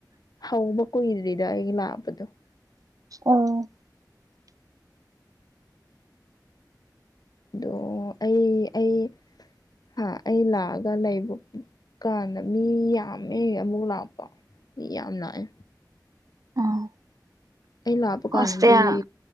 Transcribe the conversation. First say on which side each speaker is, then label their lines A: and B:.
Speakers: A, on the left; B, on the right.
A: ꯍꯧꯕ ꯀꯨꯏꯗ꯭ꯔꯤꯗ ꯑꯩꯒꯤ ꯂꯥꯛꯄꯗꯣ
B: ꯑꯣ
A: ꯑꯗꯣ ꯑꯩ ꯑꯩ ꯍꯥ ꯑꯩ ꯂꯥꯛꯑꯒ ꯂꯩꯕ ꯀꯥꯟꯗ ꯃꯤ ꯌꯥꯝꯃꯦ ꯑꯃꯨꯛ ꯂꯥꯛꯄ ꯃꯤ ꯌꯥꯝ ꯂꯥꯑꯦ
B: ꯑꯣ
A: ꯑꯩ ꯂꯥꯛꯄ ꯀꯥꯟꯗꯗꯤ
B: ꯍꯣꯁꯇꯦꯜ